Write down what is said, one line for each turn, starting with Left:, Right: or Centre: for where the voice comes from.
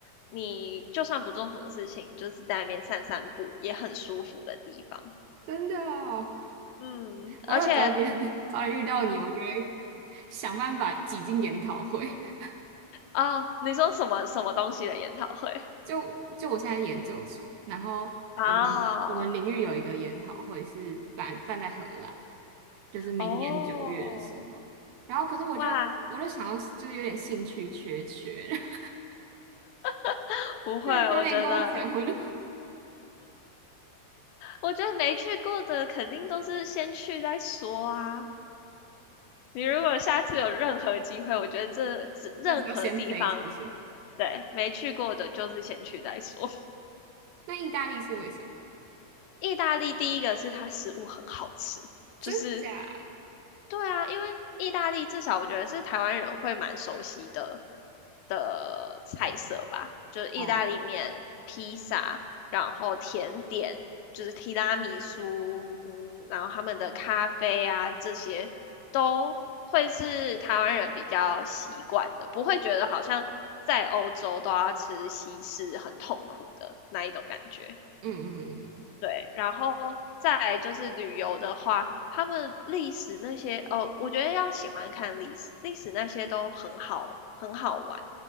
Left: 你就算不做什么事情，就是在那边散散步也很舒服的地方。
Right: 真的哦，
Left: 嗯，
Right: 我如果早点
Left: 而且
Right: <laughs> 早点遇到你，我就会想办法挤进研讨会。<laughs>
Left: 哦，你说什么什么东西的研讨会？<laughs>
Right: 就就我现在研究所，然后我们我们领域有一个研讨会是办办在荷兰，
Left: 哦
Right: 就是明年九月的时候。
Left: 哦，
Right: 然后可是我就我就想要就是有点兴趣缺缺，
Left: 哇，
Right: <laughs>
Left: <laughs> 不会，
Right: 就是早点跟我讲，
Left: 我觉得，
Right: 我就
Left: 我觉得没去过的肯定都是先去再说啊。你如果下次有任何机会，我觉得这只任何地方，
Right: 就是要先飞，是不是？
Left: 对，没去过的就是先去再说。<laughs>
Right: 那意大利是为什么？
Left: 意大利第一个是它食物很好吃，
Right: 真假？
Left: 就是对啊，因为意大利至少我觉得是台湾人会蛮熟悉的的菜色吧，就是意大利面、
Right: 哦，
Left: 披萨，然后甜点就是提拉米苏，嗯，然后他们的咖啡啊这些都会是台湾人比较习惯的，不会觉得好像在欧洲都要吃西式很痛苦的那一种感觉。
Right: 嗯嗯，嗯
Left: 对，然后再来就是旅游的话，他们历史那些，哦，我觉得要喜欢看历史，历史那些都很好，很好玩，